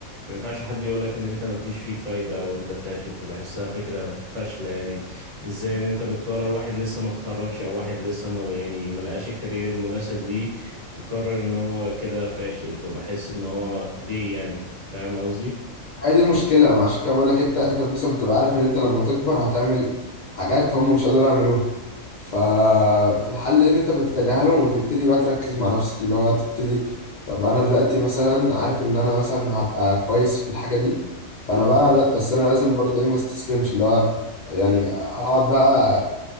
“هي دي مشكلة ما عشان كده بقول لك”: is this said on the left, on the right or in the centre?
Left